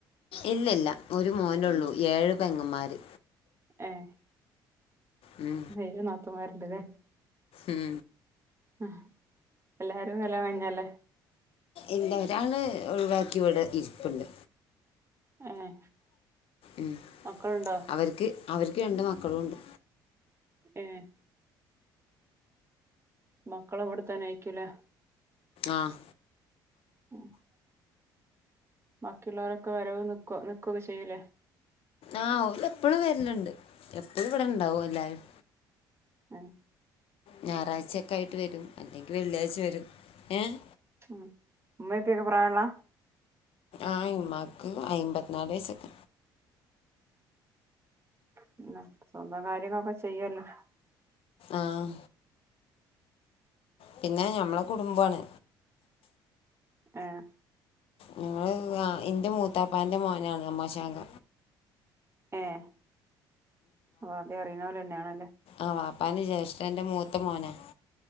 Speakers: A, on the left; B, on the right.
A: ഇല്ലില്ല ഒരു മോനുള്ളൂ. ഏഴ് പെങ്ങന്മാര്.
B: ഏഹ്
A: ഉം
B: ഏഴ് നാത്തൂന്മാരുണ്ടല്ലേ.
A: ഉം
B: ആ എല്ലാരും കല്യാണം കഴിഞ്ഞല്ലേ
A: ഇല്ല ഒരാള് ഒഴിവാക്കി ഇവിടെ ഇരിപ്പുണ്ട്.
B: ഏഹ്
A: ഉം
B: മക്കളുണ്ടോ
A: അവർക്ക് അവർക്ക് രണ്ട് മക്കളും ഉണ്ട്.
B: ഏഹ് മക്കള് അവിടുത്തന്നെ ആയിക്കൂലേ.
A: ആഹ്
B: <inaudible> ബാക്കിയുള്ളവരൊക്കെ വരവ് നിക്കു നിക്കയൊക്കെ ചെയ്യൂലേ.
A: ആ ഓള് എപ്പോഴും വരിലണ്ട്. എപ്പളും ഇവിടെണ്ടാവും എല്ലാരും
B: ആഹ്
A: ഞായറാഴ്ചയൊക്ക ആയിട്ട് വരും. അല്ലെങ്കിൽ വെള്ളിയാഴ്ച്ച വരും ഏഹ്
B: ഉ ഉമ്മ, ഉപ്പ പ്രായള്ള
A: ആ ഇമ്മക്ക് അയിമ്പന്നാല് വയസ്സക്ക.
B: പിന്നെ സ്വന്തം കാര്യങ്ങളൊക്കെ ചെയ്യോലോ.
A: ആഹ് പിന്നെ ഞമ്മളെ കുടുംമ്പാണ്
B: ആഹ്
A: ഞങ്ങള് ആഹ് ഇന്റെ മൂത്താപ്പാന്റെ മോനാണ് അമാശാങ്ക
B: ഏഹ് ആദ്യ അറിണൊലെന്നെയാണല്ലേ
A: ആഹ് വാപ്പാന് ജേഷ്ഠന്റെ മൂത്ത മോനാ